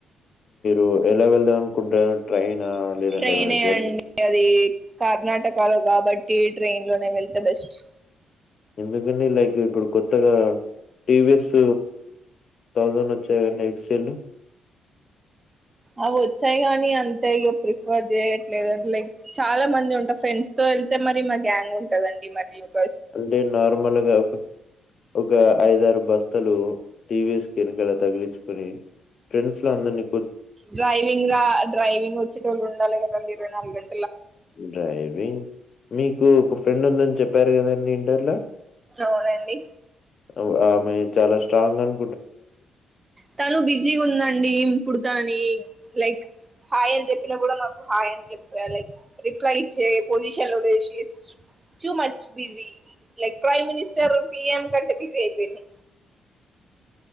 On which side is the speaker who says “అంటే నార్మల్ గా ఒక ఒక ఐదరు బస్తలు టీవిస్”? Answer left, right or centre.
Left